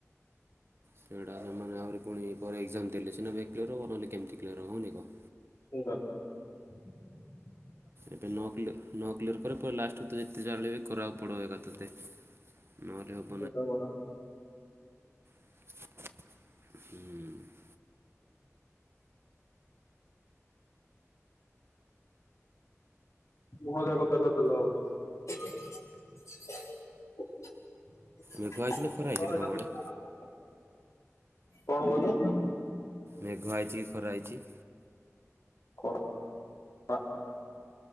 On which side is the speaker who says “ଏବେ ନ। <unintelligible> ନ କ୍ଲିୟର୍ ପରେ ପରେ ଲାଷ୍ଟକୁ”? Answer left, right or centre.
Right